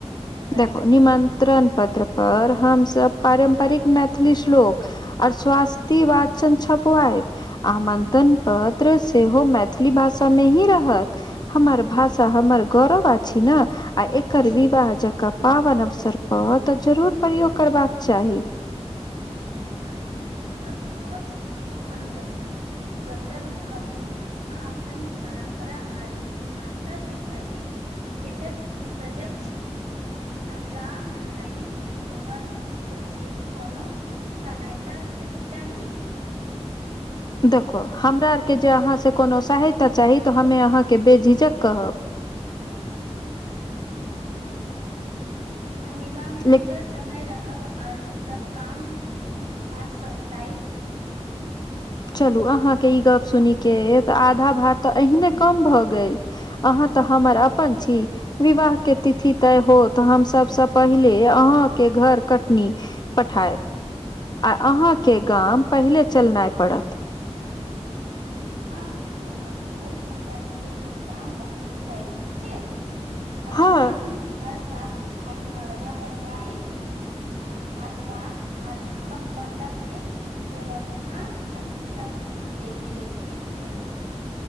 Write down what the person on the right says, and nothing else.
रहल
छी
अच्छा अहाँके गप सुनी के मन ग गदगद भऽ गेल अहाँ अपन परम्परा आ भाषा के प्रति कतेक सजग छी आ राम भई हमन से जे कोनो सहायता च चाही
अच्छा हम विवाह मे
पूरा समय रहब आ सब काम काज समटाइब
हँ बिलकुल मटो से पहले हम गाम पहुँची जाय ठीक छै आ
गाम घर साफ सफाइ मरबा बनवाइ आ काज बाँस आर आमक पत्तर के व्यवस्था आ ई सब हम देखि लेब ठीक छै